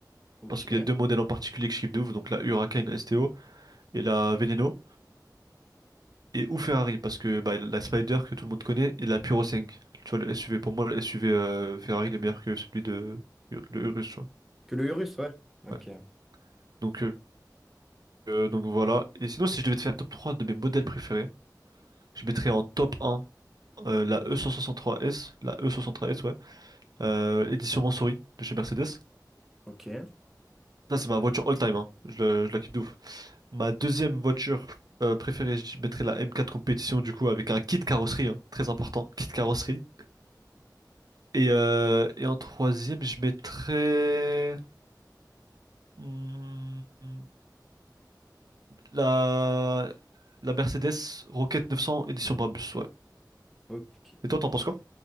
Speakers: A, in the centre; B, on the right (about 60°).
A: Ok.
B: parce qu'il y a deux modèles en particulier que je kiffe de ouf, donc la Huracan STO et la Veneno. Et ou Ferrari, parce que bah, la Spider que tout le monde connaît et la Puro 5. Tu vois, le SUV, pour moi, le SUV euh, Ferrari, il est meilleur que celui de Ur- le Urus, tu vois.
A: Que le Urus, ouais. Ok.
B: Ouais. Donc, euh, euh, donc voilà. Et sinon, si je devais te faire un top 3 de mes modèles préférés, je mettrais en top un euh, la e cent trois s la e trois s ouais. euh, édition Montsouris de chez Mercedes.
A: Ok.
B: Ça, c'est ma voiture all-time, hein. Je, le- je la kiffe de ouf. Ma deuxième voiture euh, préférée, je mettrais la M4 Compétition, du coup, avec un kit carrosserie, hein, très important, kit carrosserie. Et, euh, et en troisième, je mettrais hmm, la, la Mercedes Rocket 900 édition Brabus, ouais.
A: Ok.
B: Et toi, t'en penses quoi?